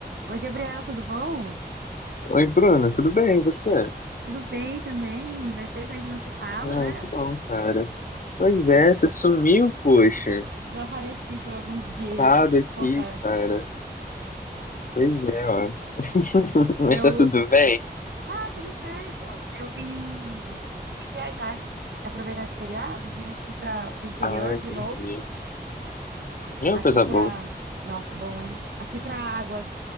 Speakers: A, on the right; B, on the left.
A: Oi, Gabriel, tudo bom?
B: Oi, Bruno, tudo bem? E você?
A: Tudo bem também. Faz tempo que a gente não se fala,
B: Ah,
A: né?
B: que bom, cara. Pois é, você sumiu, poxa.
A: Desapareci por alguns dias,
B: Parado aqui,
A: confesso.
B: cara. Pois é, ó. <laughs> Mas
A: Eu.
B: tá tudo bem?
A: Tá, tudo certo. Eu vim, vim viajar, aproveitar esse feriado, vim aqui para o interior
B: Ah, entendi.
A: de novo.
B: É uma
A: Aqui
B: coisa
A: para.
B: boa.
A: Nossa, bom, hein? Aqui para Águas.